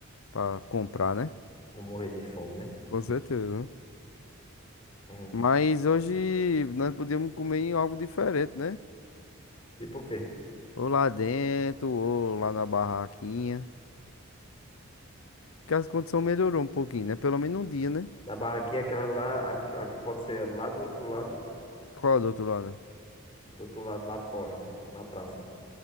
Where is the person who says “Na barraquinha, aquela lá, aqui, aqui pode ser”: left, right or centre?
Left